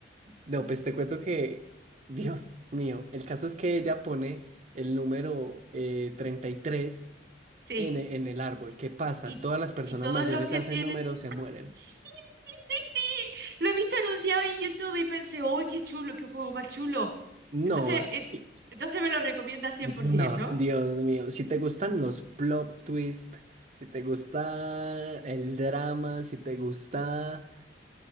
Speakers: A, on the right; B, on the right.
A: No, pues te cuento que, <laughs> Dios mío, el caso es que ella pone el número eh, 33
B: Sí,
A: en, e- en el árbol. ¿Qué pasa?
B: y,
A: Todas las personas
B: y todos
A: mayores
B: los que
A: hacen
B: tienen.
A: números, se mueren.
B: Sí, sí, sí, sí. Lo he visto anunciado en YouTube y pensé, ¡uy, qué chulo, qué juego más chulo!
A: No,
B: Entonces, eh,
A: y-
B: entonces me lo recomienda 100%,
A: no, Dios mío, si te gustan los plot twist, si te gusta el drama, si te gusta